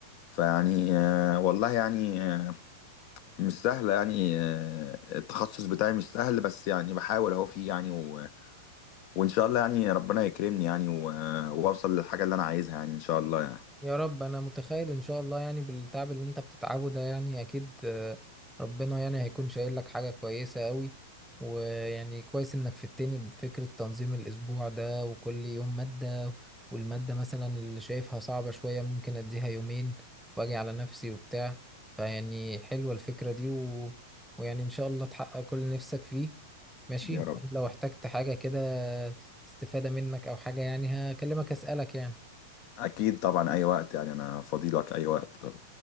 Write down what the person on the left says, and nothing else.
فيعني آه، والله يعني آه، مش سهل يعني آه، التخصص بتاعي مش سهل بس يعني بحاول اهو فيه يعني و... وان شاء الله يعني ربنا يكرمني يعني و... واوصل للحاجه اللي انا عايزها يعني ان شاء الله يعني
يا رب
اكيد طبعا اي وقت يعني انا فاضي لك اي وقت